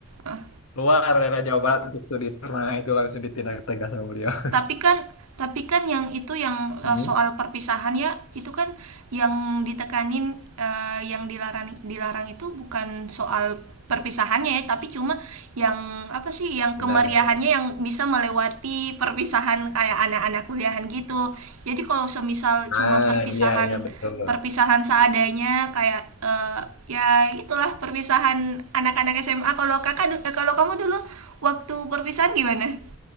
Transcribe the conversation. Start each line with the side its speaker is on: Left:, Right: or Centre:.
Right: Eh,
Left: luar daerah Jawa Barat untuk studi tour nah itu langsung ditindak tegas sama beliau
Right: Tapi kan tapi kan yang itu yang
Left: Hmm.
Right: eh, soal perpisahan ya itu kan yang ditekanin eh, yang dilarang dilarang itu bukan soal perpisahannya ya tapi cuma yang apa sih yang
Left: benar
Right: kemeriahannya yang bisa melewati perpisahan kayak anak-anak kuliahan gitu jadi kalau semisal cuma
Left: ah
Right: perpisahan
Left: iya iya betul
Right: perpisahan seadanya kayak eh, ya itulah perpisahan anak-anak SMA kalau kakak eh, kalau kamu dulu waktu perpisahan gimana